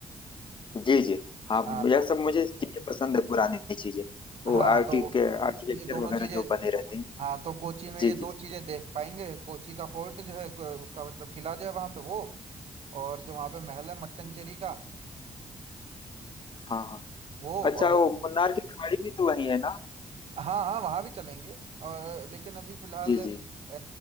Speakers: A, on the left; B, on the right.
A: जी जी हाँ
B: हाँ
A: यह
B: तो
A: सब मुझे चीजें पसंद है पुरानी चीजें वो
B: हाँ
A: आर्टी
B: तो
A: के आर्किटेक्चर
B: ये दोनों
A: वगैरह
B: चीजें
A: जो बने रहते हैं
B: हाँ तो कोची में
A: जी
B: ये दो
A: जी
B: चीजें देख पाएंगे कोची का फोर्ट जो है को- उसका मतलब किला जो है वहां पे वो और जो वहां पे महल है मट्टनचेरी का
A: हाँ हाँ
B: वो
A: अच्छा
B: और उसके-
A: वो मुन्नार की खाड़ी भी तो वही है ना
B: हाँ हाँ वहां भी चलेंगे और लेकिन अभी फिलहाल
A: जी
B: अ,
A: जी